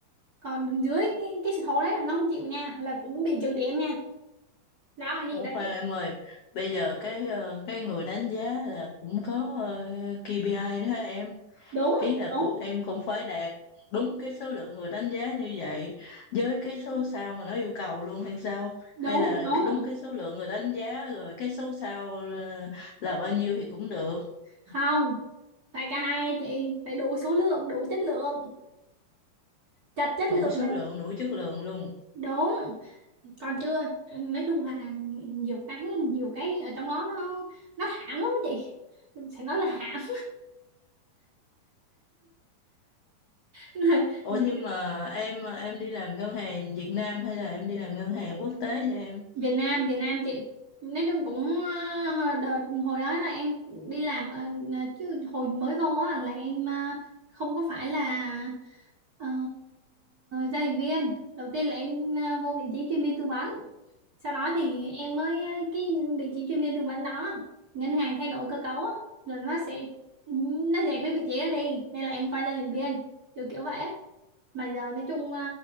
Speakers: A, on the right (about 30°); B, on the left (about 65°).
A: còn dưới cái, cái số đấy là nó không chịu nha là cũng bị trừ điểm nha đó là gì
B: Ủa
A: đó
B: khoan
A: chị
B: em ơi, bây giờ cái ờ, cái người đánh giá là cũng có ờ, KPI đó em.
A: đúng
B: Ý là
A: đúng
B: của em cũng phải đạt đúng cái số lượng người đánh giá như vậy với cái số sao mà nó yêu cầu luôn hay sao?
A: đúng
B: Hay là
A: đúng
B: cái- đúng cái số lượng người đánh giá rồi cái số sao là, là bao nhiêu thì cũng được,
A: không phải cả hai á chị phải đủ số lượng đủ chất lượng chặt chất
B: đủ
A: lượng
B: số
A: là
B: lượng, đủ chất lượng luôn.
A: đúng còn chưa nói chung là nhiều cái nhiều cái ở trong đó nó nó hãm lắm á chị sẽ nói là hãm <laughs>
B: Ủa nhưng mà em em đi làm ngân hàng Việt Nam hay là em đi làm ngân hàng quốc tế vậy em?
A: Việt Nam Việt Nam chị nói chung cũng ờ, đợt hồi đó là em đi làm ờ, chứ hồi mới vô á là em ờ, không có phải là ờ, giao dịch viên đầu tiên là em ờ, vô vị trí chuyên viên tư vấn sau đó thì em mới ờ, cái vị trí chuyên viên tư vấn đó ngân hàng thay đổi cơ cấu á rồi nó sẽ nó dẹp cái vị trí đó đi nên là em quay ra dịch viên kiểu kiểu vậy á mà giờ nói chung ờ,